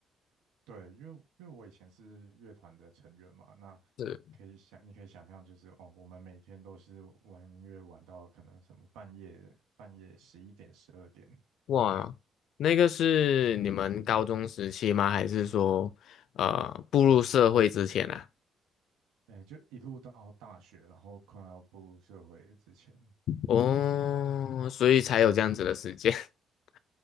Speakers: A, on the right; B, on the left.
A: 对，因为因为我以前是乐团的成员嘛，那
B: 是
A: 可以想，你可以想象，就是哦，我们每天都是玩音乐，玩到可能什么半夜半夜十一点、十二点，
B: 哇，那个是你们高中时期吗？还是说，呃，步入社会之前啊？
A: 哎，就一路到大学，然后快要步入社会之前。
B: 哦，所以才有这样子的时间。<laughs>